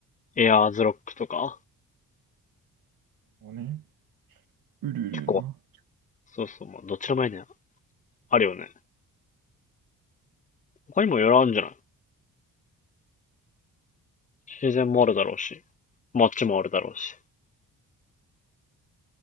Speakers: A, on the left; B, on the right.
A: エアーズロックとか、
B: ここね。ウルルな。
A: 結構、そうそう、まあ、どっちらもいいね。あるよね。他にもいろいろあるんじゃない自然もあるだろうし、街もあるだろうし。